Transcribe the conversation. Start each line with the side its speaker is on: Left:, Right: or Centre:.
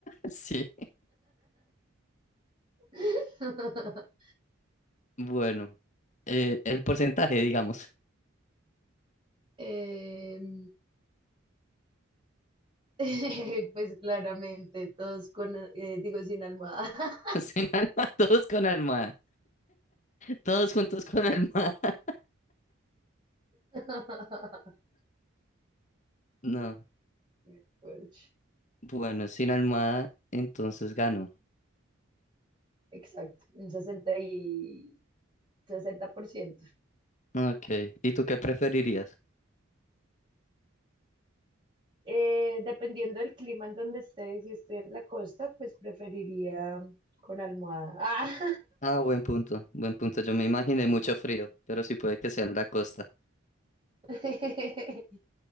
Left: <laughs> Sí,
Right: <laughs>
Left: bueno, eh, el porcentaje, digamos.
Right: Em, <laughs> pues claramente, todos con, eh, digo, sin almohada.
Left: <laughs> Sin alma, todos con alma, todos juntos con alma. <laughs>
Right: <laughs>
Left: No,
Right: Qué fuerte.
Left: bueno, sin alma, entonces gano.
Right: Exacto, un 60 y... 60%.
Left: Ok, ¿y tú qué preferirías?
Right: Eh, dependiendo del clima en donde esté, si estoy en la costa, pues preferiría con almohada. Ah.
Left: Ah, buen punto, buen punto. Yo me imaginé mucho frío, pero sí puede que sea en la costa.
Right: <laughs>